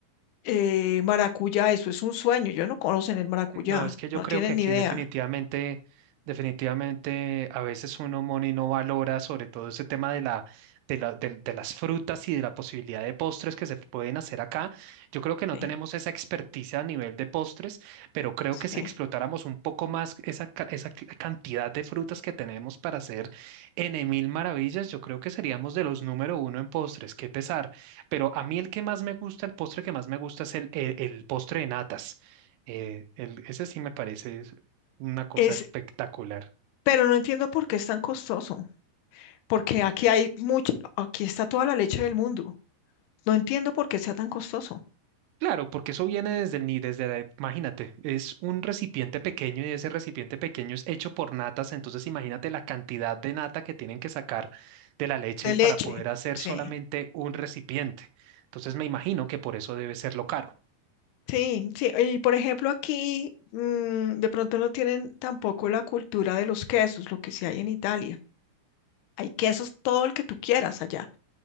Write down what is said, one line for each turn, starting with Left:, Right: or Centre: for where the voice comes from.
Left: eh, maracuyá, eso es un sueño. Yo no conocen el maracuyá,
Right: No, es que yo
Left: no
Right: creo
Left: tienen
Right: que aquí
Left: ni idea.
Right: definitivamente, definitivamente a veces uno, Moni, no valora sobre todo ese tema de la, de la, del- de las frutas y de la posibilidad de postres que se pueden hacer acá. Yo creo que no
Left: Sí,
Right: tenemos esa experticia a nivel de postres, pero creo
Left: sí.
Right: que si explotáramos un poco más esa, ca- esa cl- cantidad de frutas que tenemos para hacer en mil maravillas, yo creo que seríamos de los número uno en postres, qué pesar. Pero a mí el que más me gusta, el postre que más me gusta es el, el el postre de natas. Eh, el- ese sí me parece es una cosa
Left: Es,
Right: espectacular.
Left: pero no entiendo por qué es tan costoso, porque aquí hay mucho, aquí está toda la leche del mundo. No entiendo por qué sea tan costoso.
Right: Claro, porque eso viene desde el ni desde la, imagínate, es un recipiente pequeño y ese recipiente pequeño es hecho por natas, entonces imagínate la cantidad de nata que tienen que sacar de la leche
Left: De
Right: para
Left: leche,
Right: poder hacer
Left: sí.
Right: solamente un recipiente. Entonces me imagino que por eso debe ser lo caro.
Left: Sí, sí. Y por ejemplo, aquí mm, de pronto no tienen tampoco la cultura de los quesos, lo que sí hay en Italia. Hay quesos todo el que tú quieras allá.